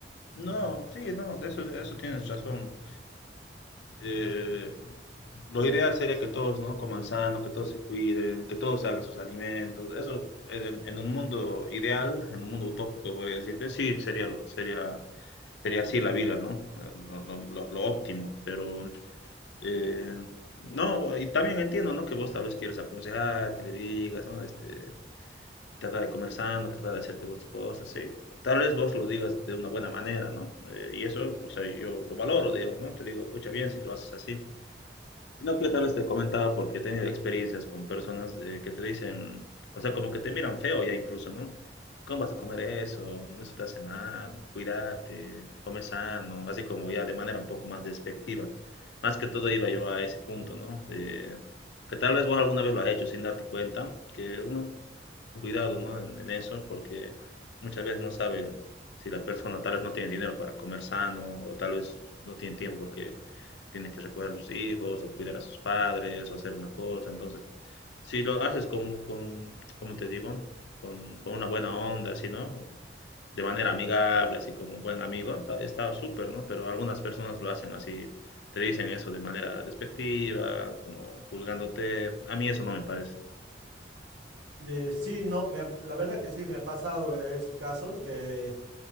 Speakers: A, on the left; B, on the right.
A: No, sí, no, de eso, de eso tienes razón. Eh, lo ideal sería que todos, ¿no? Coman sano, que todos se cuiden, que todos hagan sus alimentos. Eso, en, en un mundo ideal, en un mundo utópico, voy a decirte, sí, sería, sería, sería así la vida, ¿no? Eh, Lo, lo, lo óptimo, pero Eh, no, y también entiendo, ¿no? Que vos tal vez quieras aconsejar, que le digas, ¿no? Este, trata de comer sano, trata de hacerte vos cosas, sí. Tal vez vos lo digas de una buena manera, ¿no? Eh, y eso, o sea, yo lo valoro, Dios, ¿no? Te digo, pucha, bien si lo haces así. Sino que tal vez te comentaba porque he tenido experiencias con personas eh, que te dicen, o sea, como que te miran feo ya incluso, ¿no? ¿Cómo vas a comer eso? Eso te hace mal, cuídate, come sano, así como ya de manera un poco más despectiva. Más que todo iba yo a ese punto, ¿no? De- que tal vez vos alguna vez lo has hecho sin darte cuenta, que uno cuidado, ¿no? En, en eso, porque muchas veces no saben si la persona tal vez no tiene dinero para comer sano o tal vez no tiene tiempo porque tiene que recordar a sus hijos o cuidar a sus padres o hacer una cosa. Entonces, si lo haces con, con ¿cómo te digo? Con, con una buena onda, así, ¿no? De manera amigable, así como un buen amigo, ta- está súper, ¿no? Pero algunas personas lo hacen así, te dicen eso de manera despectiva, como juzgándote. A mí eso no me parece.
B: Eh, sí, no, me ha- la verdad que sí me ha pasado eh, esos casos que,